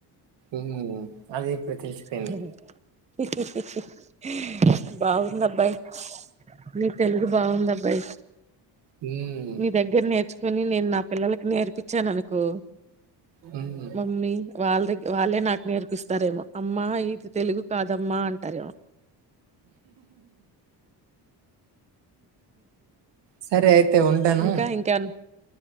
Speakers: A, on the right; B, on the right.
A: మ్మ్ అది ఇప్పుడు
B: మ్మ్
A: తెలిసిపోయింది
B: బాగుంది అబ్బాయి నీ తెలుగు బాగుంది అబ్బాయి
A: హ్మ్
B: మీ దగ్గర నేర్చు కొని నేన్ నా పిల్లలకి నేర్పించాను అనుకో
A: హ్మ్
B: మమ్మీ వాళ్ళ దగ్ వాళ్ళే నాకు నేర్పిస్తారేమో అమ్మా ఈకు తెలుగు కాదమ్మా అంటారేమో
A: సరే అయితే ఉంటాను
B: ఇంకా ఇంకేమన్నా